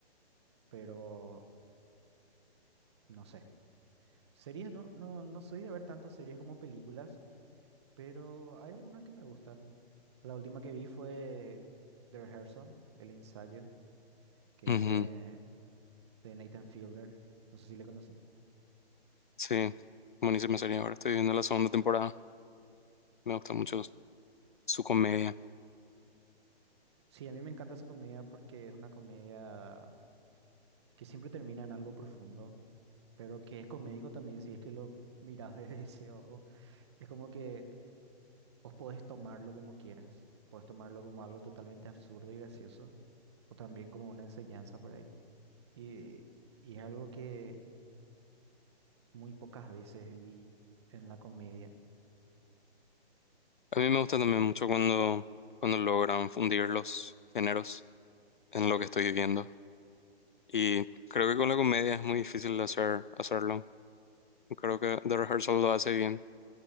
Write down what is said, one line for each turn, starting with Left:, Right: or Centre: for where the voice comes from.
Right: pero no sé. Series, no, no, no soy de ver tantas series como películas, pero hay algunas que me gustan. La última que vi fue The Rehearsal, El ensayo, que
Left: Ujú,
Right: es de, de Nathan Fielder. No sé si le conoces.
Left: Sí, buenísima serie ahora. Estoy viendo la segunda temporada. Me gusta mucho su comedia.
Right: Sí, a mí me encanta su comedia porque es una comedia que siempre termina en algo profundo, pero que es comédico también si es que lo miras <laughs> desde ese ojo. Es como que Vos podés tomarlo como quieras, podés tomarlo como algo totalmente absurdo y gracioso, o también como una enseñanza por ahí. Y, y es algo que muy pocas veces vi en la comedia.
Left: A mí me gusta también mucho cuando, cuando logran fundir los géneros en lo que estoy viviendo. Y creo que con la comedia es muy difícil hacer, hacerlo. Creo que The Rehearsal lo hace bien,